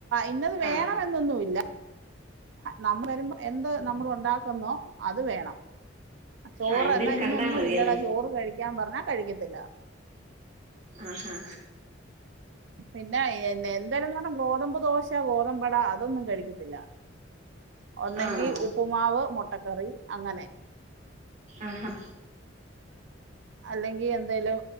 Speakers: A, on the right; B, on the right.
A: ഇന്നത് വേണെന്നൊന്നുല്ല
B: ആ
A: നമ്മ വരുമ്പോ എന്ത് നമ്മളുണ്ടാക്കുന്നോ അത് വേണം ചോറ്
B: ആ എന്തേലും
A: എന്നാ ഇന്നൊന്നും
B: കണ്ടാ മതിയല്ലേ
A: ഇല്ലടാ ചോറ് കഴിക്കാൻ പറഞ്ഞാ കഴിക്കത്തില്ല
B: ആഹഹാ
A: പിന്നെ എന്തലും പറഞ്ഞാ ഗോതമ്പ് ദോശ ഗോതമ്പട അതൊന്നും കഴിക്കത്തില്ല. ഒന്നെങ്കി
B: ആണോ
A: ഉപ്പുമാവ് മുട്ടക്കറി അങ്ങനെ
B: ആഹാ
A: അല്ലെങ്കി എന്തേലും